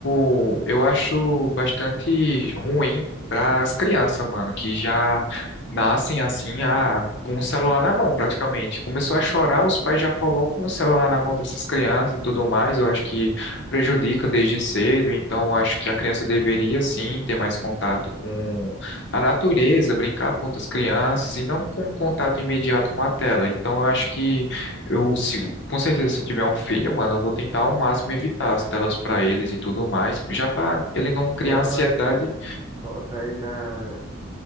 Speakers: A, on the left; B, on the right.
A: tipo, eu acho bastante ruim para as crianças, mano, que já nascem assim, ah, com o celular na mão, praticamente. Começou a chorar, os pais já colocam o celular na mão dessas crianças e tudo mais. Eu acho que prejudica desde cedo, então eu acho que a criança deveria sim ter mais contato com a natureza, brincar com outras crianças e não com um contato imediato com a tela. Então eu acho que eu se- com certeza, se eu tiver um filho, mano, eu vou tentar ao máximo evitar as telas pra eles e tudo mais, já pra ele não criar
B: Colocar
A: ansiedade.
B: ele, colocar ele na,